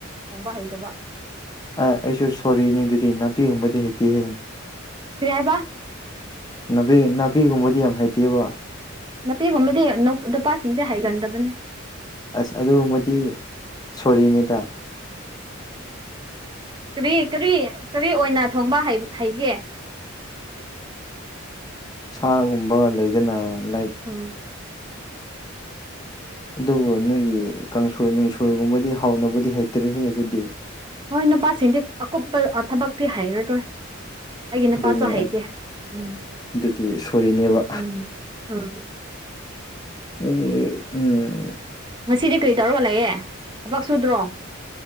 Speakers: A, on the right (about 20°); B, on the left (about 20°).
A: ꯊꯣꯡꯕ ꯍꯩꯇꯕ
B: ꯑ ꯑꯩꯁꯨ ꯁꯣꯔꯤꯅꯤ ꯑꯗꯨꯗꯤ ꯅꯥꯄꯤꯒꯨꯝꯕꯗꯤ ꯍꯦꯇꯦ ꯍꯦ
A: ꯀꯔꯤ ꯍꯥꯏꯕ
B: ꯅꯥꯄꯤ ꯅꯥꯄꯤꯒꯨꯝꯕꯗꯤ ꯌꯥꯝ ꯍꯩꯇꯦꯕ
A: ꯅꯥꯄꯤꯒꯨꯝꯕꯗꯤ ꯅꯨꯄꯥꯁꯤꯡꯁꯦ ꯍꯥꯏꯒꯟꯗꯕꯅꯦ
B: ꯑꯁ ꯑꯗꯨꯃꯗꯤ ꯁꯣꯔꯤꯅꯤꯗ <inaudible>
A: ꯀꯔꯤ ꯀꯔꯤ ꯀꯔꯤ ꯑꯣꯏꯅ ꯊꯣꯡꯕ ꯍꯩꯒꯦ
B: ꯁꯥꯒꯨꯝꯕ ꯂꯩꯗꯅ ꯂꯥꯏ
A: ꯎꯝ
B: ꯑꯗꯨꯕꯨ ꯅꯣꯏꯒꯤ ꯀꯥꯡꯁꯣꯏ ꯅꯨꯡꯁꯣꯏꯒꯨꯝꯕꯗꯤ ꯍꯥꯎꯅꯕꯗꯤ ꯍꯩꯇ꯭ꯔꯦꯍꯦ ꯑꯩꯈꯣꯏꯗꯤ
A: ꯍꯣꯏ ꯅꯨꯄꯥꯁꯤꯡꯗꯤ ꯑꯀꯨꯞꯄ ꯊꯕꯛꯇꯤ ꯍꯩꯔꯔꯣꯏ ꯑꯩꯒꯤ
B: ꯑꯗꯨꯅꯤ
A: ꯅꯨꯄꯥꯁꯨ ꯍꯩꯇꯦ ꯎꯝ
B: ꯑꯗꯨꯗꯤ ꯁꯣꯔꯤꯅꯦꯕ
A: ꯎꯝ ꯎꯝ
B: ꯎꯝ
A: ꯉꯁꯤꯗꯤ ꯀꯔꯤ ꯇꯧꯔꯒ ꯂꯩꯥꯑꯦ ꯊꯕꯛ ꯁꯨꯗ꯭ꯔꯣ